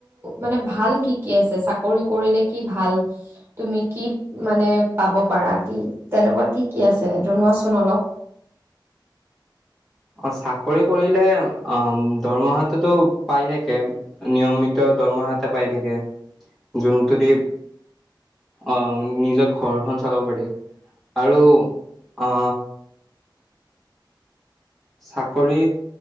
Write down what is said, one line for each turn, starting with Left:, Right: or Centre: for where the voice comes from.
Right: মানে ভাল কি কি আছে ছাক। কৰি কৰিলে কি ভাল তুমি কি মানে পাব পাৰা কি তেনেকুৱা কি কি। আছে জনোৱাচোন অলপ।
Centre: অ চাকৰি কৰিলে অ দৰমহাতোটো পাই থাকে নিয়মিত। দৰমহাতে পাই থাকে যোনটোদি। আহ নিজৰ ঘৰখন চলাব পাৰি। আৰু আ চাকৰি।